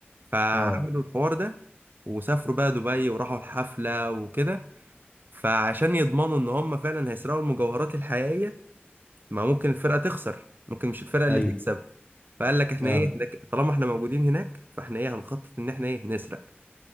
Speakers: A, on the right; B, on the left.
A: فعملوا
B: اه
A: الحوار ده وسافروا بقى دبي وراحوا الحفلة وكده فعشان يضمنوا ان هم فعلا هيسرقوا المجوهرات الحقيقية ما ممكن الفرقة تخسر ممكن مش الفرقة اللي
B: ايوه
A: تكسب فقال لك احنا
B: اه
A: ايه احنا ك- طالما احنا موجودين هناك فاحنا ايه هنخطط ان احنا ايه نسرق